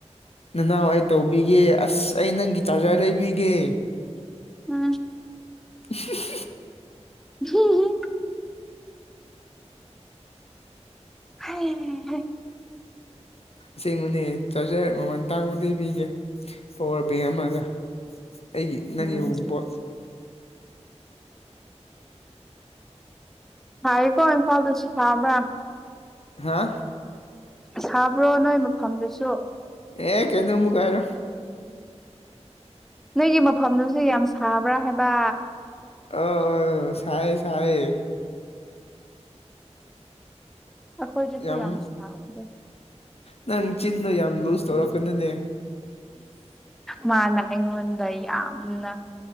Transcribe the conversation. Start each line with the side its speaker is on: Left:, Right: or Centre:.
Left: ꯅꯅꯥꯎ ꯑꯩ ꯇꯧꯕꯤꯒꯦ ꯑꯁ ꯑꯩ ꯅꯪꯒꯤ ꯆꯥꯔꯖꯔ ꯂꯩꯕꯤꯒꯦ
Centre: ꯎꯝ
Left: <unintelligible>
Centre: <unintelligible> ꯍꯩ ꯍꯩ
Left: ꯑꯁꯦꯡꯕꯅꯦ ꯆꯥꯔꯖꯔ ꯃꯃꯜ ꯇꯥꯡꯕ ꯂꯩꯕꯤꯒꯦ ꯄꯋꯥꯔ ꯕꯦꯡ ꯑꯃꯒ ꯑꯩꯒꯤ ꯅꯪ
Centre: ꯎꯝ
Left: ꯑꯌꯟꯄꯣ
Centre: ꯍꯥꯏ ꯀꯣ ꯏꯝꯐꯥꯜ ꯁꯤ ꯈꯥꯕ꯭ꯔ
Left: ꯍꯥ
Centre: ꯁꯥꯕ꯭ꯔꯣ ꯅꯣꯏ ꯃꯐꯝꯗꯨꯁꯨ
Left: ꯑꯦ ꯀꯩꯅꯣꯃꯨ ꯀꯥꯏꯔꯣ
Centre: ꯅꯣꯏꯒꯤ ꯃꯐꯝꯗꯨꯁꯨ ꯌꯥꯝ ꯁꯥꯕ꯭ꯔꯥ ꯍꯥꯏꯕ
Left: ꯑꯣ ꯁꯋꯌꯦ ꯁꯋ
Centre: ꯑꯩꯈꯣꯏꯗꯁꯨ
Left: ꯌꯥꯝ
Centre: ꯁꯥꯕꯗꯣ
Left: ꯅꯪ ꯆꯤꯟꯅ ꯌꯥꯝ ꯂꯨꯖ ꯇꯧꯔꯛꯀꯅꯨꯅꯦ
Centre: ꯃꯥꯅ ꯑꯩꯉꯣꯟꯗ ꯌꯥꯝꯅ